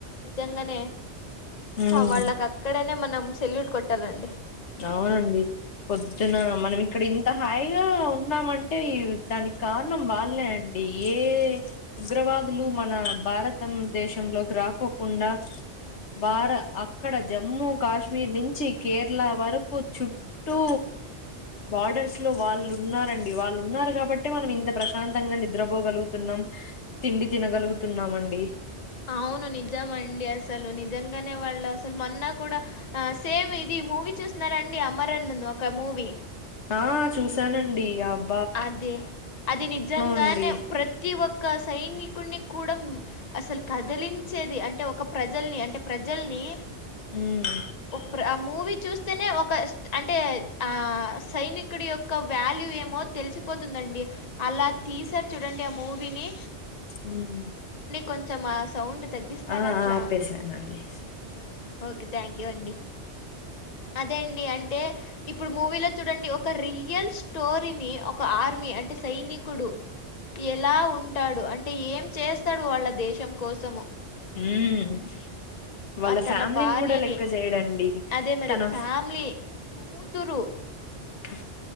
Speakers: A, on the left (about 40°); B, on the left (about 75°).
A: నిజంగానే
B: హ్మ్
A: హా వాళ్ళకి అక్కడేనే మనం సెల్యూట్ కొట్టాలండి
B: అవునండి పొద్దున మనం ఇక్కడ ఇన్ త హాయిగా ఉన్నామంటే దానికి కారణం వాళ్ళే అండి ఏ ఉగ్ర వాదులు మన భారతం దేశంలోకి రాకోకుండా భార అక్కడ జమ్మూ కాశ్మీర్ నుంచి కేర్ లా వరకు చుట్టూ బార్డర్స్ లో వాళ్ళు ఉన్నారండి వాళ్ళు ఉన్నారు కాబట్టి మనం ఇంత ప్రశాంతంగా నిద్రపోగలుగుతున్నాం ము తిండి తినగలుగుతున్నామండి
A: అవును నిజ మండి అసలు నిజంగానే వాళ్ళు అసలు మొన్న కూడాడా సేమ్ ఇ ఇది మూవీ చూస్తున్నారండి అమర్ అన్ ది ఒక మూవీ
B: ఆ చూసానండి ఆబ్
A: అదే అది నిజంగానే
B: అండి
A: ప్రతి ఒక్క సైని కున్ని కూడా అసలు కదిలించేది అంటే ఒక ప్రజల్ని అంటే ప్రజల్ని
B: ఉమ్
A: ఓ ప్రా మూ వి చూస్తేనే ఒక అంటే ఆ సైనికుడి యొక్క వ్యాల్యూ ఏమో తీ పోతుందండి అలా తీసారు చూడండి ఆ మూవీని
B: ఉమ్
A: కొంచం ఆ సౌండ్ తగ్గిస్తారా
B: ఆ
A: అట్లా
B: ఆప్పేశాను అండి
A: ఆ, ఓకే థ్యాంక్ యూ అండి అదే అండి అంటే ఇప్పుడు మూవీలో చూడండి ఒక రియల్ స్టోరీని ఒక ఆర్మీ అంటే సైనికుడు ఎలా ఉంటాడు అంటే ఏం చేస్తాడు వాళ్ళ దేశం కోసము
B: ఉ వాళ్ళ
A: ఆ తన
B: ఫ్యామిలీని
A: భార్యని
B: గూడా లెక్క చేయడండి
A: అదే మరి
B: తనఫ్
A: ఫ్యామిలీ కూతురు
B: హ